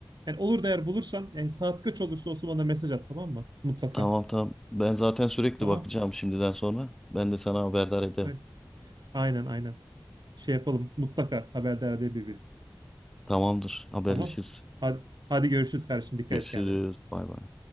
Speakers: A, on the right (about 70°); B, in the centre.
A: Yani olur da eğer bulursan yani saat kaç olursa olsun bana mesaj at tamam mı? Mutlaka.
B: tamam tamam. Ben zaten sürekli
A: Tamam.
B: bakacağım şimdiden sonra. Ben de sana haberdar ederim.
A: Ay- Aynen aynen. Şey yapalım. Mutlaka haberdar edelim birbirimizi.
B: Tamamdır. Haberleşiriz.
A: Tamam. Hadi, hadi görüşürüz kardeşim. Dikkat
B: Görüşürüz.
A: et kendine.
B: Bay bay.